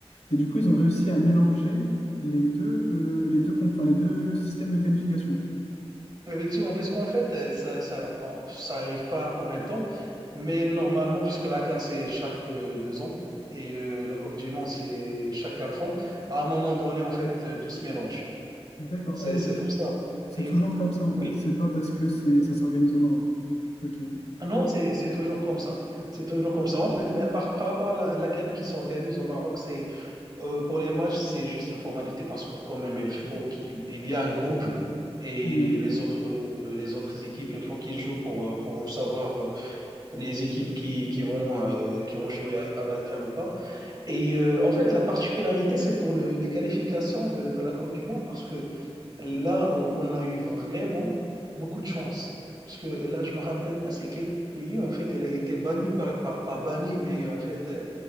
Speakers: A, on the left; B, on the right.
A: Et du coup, ils ont réussi à mélanger les deux, euh, les deux, comp- enfin, les deux systèmes de qualification.
B: Effectivement, puisqu'en fait, euh, ça, ça, en- ça arrive pas au même temps, mais normalement, puisque la CAN, c'est chaque euh, deux ans et euh, la Coupe du Monde, c'est chaque quatre ans, bah, à un moment donné, en fait, euh, tout se mélange.
A: D'accord.
B: C'est,
A: Ah,
B: c'est pour ça.
A: c'est
B: Et
A: toujours comme ça en
B: oui,
A: fait. C'est pas parce que c'est ça s'organise au Maroc. Ok.
B: non, c'est, c'est toujours comme ça. C'est toujours comme ça. En fait, mais par, par rapport à la, la CAN qui s'organise au Maroc, c'est euh, pour les matchs, c'est juste une formalité parce que quand même, il faut qu'il il y a un groupe et
A: Ouais.
B: les autres, euh, les autres équipes, il faut qu'ils jouent pour, euh, pour savoir euh, les équipes qui, qui vont, euh, qui vont jouer à, à la CAN ou pas. Et euh, en fait, la particularité, c'est pour le- les qualifications de, de la Coupe du Monde parce que là, on on a eu vraiment beaucoup de chance. Parce que là, je me rappelle pas c'est quel pays, en fait, elle a été bannie, par, bah, pas bannie, mais en fait, euh,